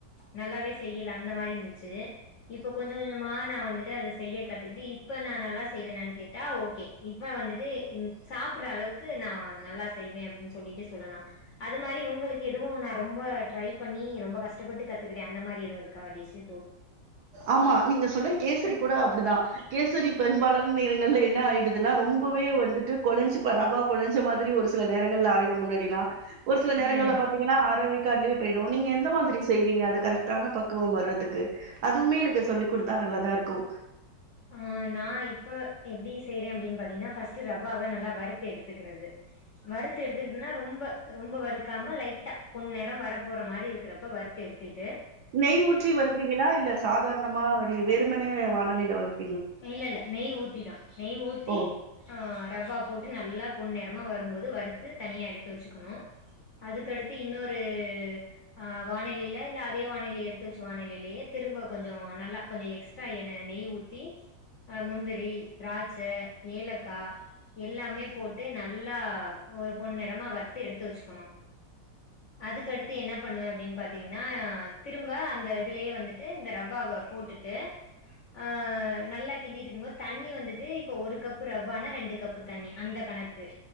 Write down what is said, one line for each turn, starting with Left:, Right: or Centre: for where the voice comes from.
Left: நல்லாவே செய் அந்த மாரி இருந்துச்சு இப்ப கொஞ்ச கொஞ்சமா நா வந்துட்டு அத செய்ய கத்துக்கிட்டு இப்ப நா நல்லா செய்வேனனு கேட்டா ஓகே இப்ப வந்துட்டு சாப்படுற அளவுக்கு நா நல்லா செய்வே அப்டின்னு சொல்லிட்டு சொல்லலா அது மாரி உங்களுக்கு எதுவு நா ரொம்ப ட்ரை பண்ணி ரொம்ப கஷ்டப்பட்டு கத்துக்கிட்டே அந்த மாரி இது ஒரு கா டிஸு
Right: ஆமா நீங்க சொன்ன கேசரி கூட அப்படிதா கேசரி பெரும்பாலான நேரங்கள்ல என்ன ஆயிடுதுன்னா ரொம்பவே வந்துட்டு கொலைஞ்சிப்ப ரவா கொலைஞ்ச மாதிரி ஒரு சில நேரங்கள்ல ஆயிடு முன்னாடிலா ஒரு சில நேரங்களல
Left: ம்
Right: பாத்தீங்கன்னா அரைவேக்காடுலேயே போயிடும் நீங்க எந்த மாதிரி செய்வீங்க அதுக் கரெக்டான பக்குவம் வர்றதுக்கு அதுவுமே எனக்கு சொல்லி் குடுத்தா நல்லாதா இருக்கு
Left: ஆஹ் நா இப்ப எப்டி செய்யறே அப்டின்னு பாத்தீங்கன்னா ஃபஸ்ட்ட் ரவ்வாவ்வ நல்லா வறுத்து எடுத்துக்கிறது வறுத்து எடுத்துக்கட்டுனா ரொம்ப ரொம்ப வறுக்காம லைட்டா பொண் நெரம் வரப் போற மாதிரி இருக்கிறப்ப வறுத்து எடுத்துட்
Right: நெய் ஊற்றி வறுப்பீங்களா இல்ல சாதாரணமா வ வேறுமனே வாணாலயில வறுப்
Left: இல்ல இல்ல நெய் ஊத்திதா நெய் ஊத்தி
Right: ஓ!
Left: ஆஹ் ரவ்வா போட்டு நல்லா பொண்நிறமா வரும்போது வறுத்து தனியாக எடுத்து வச்சுக்கணு அதுக்கடுத்து இன்னொரு ஆஹ் வாணலிய இல்ல அதே வாணெலியை எடுத்து வச்ச வாணலியிலயே திரும்ப கொஞ் நல்லா கொஞ்சோ எக்ஸ்ட்ரா என் நெய் ஊத்தி அஹ் முந்திரி திராட்சை ஏலக்காய் எல்லாமே போட்டு நல்லா ஒரு பொண் நிறமா வறுத்து எடுத்து வச்சுக்கணு அதுக்கடுத்து என்ன பண்ணுவேன் அப்டின்னு பாத்தீங்கன்னா திரும்ப அந்த இதுலேயே வந்துட்டு இந்த ரவ்வாவை போட்டுட்டு அஹ் நல்லா கிண்டிட்டு இருக்கும் போது தண்ணி வந்துட்டு இப்போ ஒரு கப்பு ரவ்வானால் ரெண்டு கப்பு தண்ணி அந்த கணக்கு